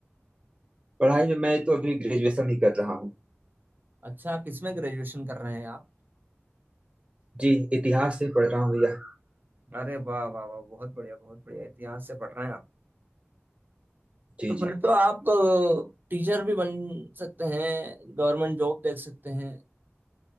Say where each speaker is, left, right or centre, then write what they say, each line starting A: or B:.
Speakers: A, on the right (about 25°); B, on the right (about 45°).
A: पढ़ाई में मैं तो अभी ग्रेजुएशन ही कर रहा हूँ
B: अच्छा किसमें ग्रेजुएशन कर रहे हैं आप
A: जी इतिहास से पढ़ रहा हूँ भैया
B: अरे वाह वाह वाह बहुत बढ़िया बहुत बढ़िया इतिहास से पढ़ रहे हैं आप
A: जी
B: तो फिर
A: जी
B: तो आप टीचर भी बन सकते हैं गवर्नमेंट जॉब देख सकते हैं